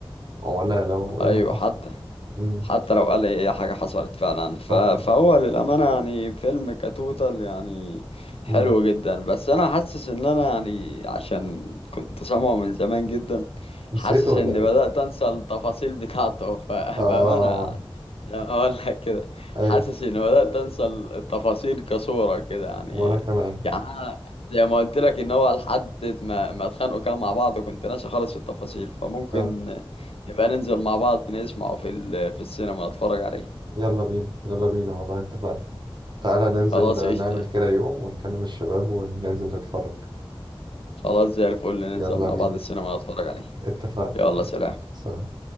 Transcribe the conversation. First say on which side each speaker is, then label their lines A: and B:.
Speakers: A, on the right (about 50°); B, on the left (about 80°).
A: ولا لو إيه
B: أيوه
A: اللي حصل
B: حتى
A: امم
B: حتى لو قال ايه حاجة حصلت فعلا ف...
A: صح
B: فهو للأمانة يعني فيلم كتوتال يعني حلو
A: امم
B: جدا بس أنا حاسس إن أنا يعني عشان كنت سامعه من زمان جدا
A: نسيته
B: حاسس
A: ولا
B: إني
A: إيه
B: بدأت أنسى التفاصيل بتاعته ف...
A: آه
B: بأمانة يعني زي ما أقول لك كده
A: أيوة
B: حاسس إني بدأت أنسى التفاصيل كصورة كده يعني
A: وأنا كمان
B: يعني أنا زي ما قلت لك إن هو لحد ما ما اتخانقوا كانوا مع بعض وكنت ناسي خالص التفاصيل فممكن
A: آه
B: يبقى ننزل مع بعض نسمعه في ال- في السينما نتفرج عليه
A: يلا بينا يلا بينا والله اتفقنا تعالى ننزل
B: خلاص
A: آه،
B: قشطة
A: نعمل كده يوم ونكلم الشباب وننزل نتفرج
B: خلاص زي الفل ننزل
A: يلا
B: مع
A: بينا
B: بعض السينما نتفرج عليه
A: اتفقنا
B: يلا سلام
A: سلام